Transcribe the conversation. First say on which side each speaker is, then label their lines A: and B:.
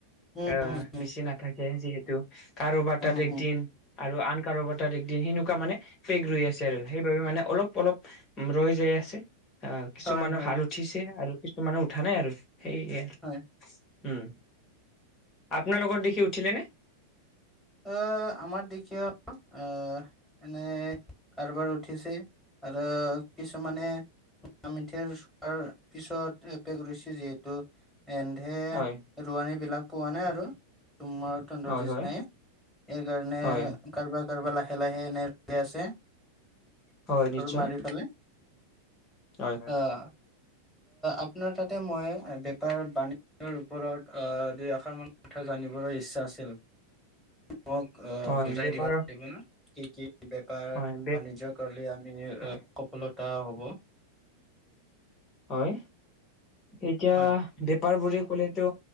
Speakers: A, in the centre; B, on the left.
A: উম
B: আহ
A: উম উম
B: বেছি নাথাকে যিহেতু কাৰোবাৰ
A: উম
B: তাত একদিন।
A: উম
B: আৰু আন কাৰোবাৰ তাৰদিন সেনেকুৱা মানে পেগ ৰৈ আছে আৰু সেইবাবে মানে অলপ অলপ। উম ৰৈ যাই আছে আহ কিছুমানৰ
A: হয় হয়
B: হাল উঠিছে আৰু কিছুমানৰ উঠা নাই আৰু সেইয়ে
A: হয়
B: উম। আপোনালোকৰ দেখি উঠিলে নে?
A: আহ আমাৰ দেখীয় আহ এনে কাৰোবাৰ উঠিছে আৰু কিছুমানে ম মিঠৰ চোৱাৰ পিছত এপেক ৰুছি জে <unintelligible> এন্ধে
B: হয়
A: ৰোৱানী বিলাক পোৱা নাই আৰু তোমাৰ তহঁতৰ
B: হয়
A: নিচিনাই।
B: হয়
A: সেইকাৰণে
B: হয়
A: কাৰোবাৰ কাৰোবাৰ লাহে লাহে এনে লে আছে।
B: হয় নিশ্চয়
A: মাৰি পেলাই
B: হয় হয়
A: আহ আপোনাৰ তাতে মই বেপাৰ বাণিজ্যৰ ওপৰত দুইআশাৰ মান কথা জানিবলৈ ইচ্ছা আছিল মোক আহ
B: হয়
A: বুজাই
B: বেপাৰৰ
A: দিব পাৰিব না কি কি? বেপাৰ
B: হয় বে
A: বাণিজ্য কৰিলে আমি
B: হয়
A: সফলতা হ'ব।
B: হয় এতিয়া
A: হয়
B: বেপাৰ বোৰে ক'লেতো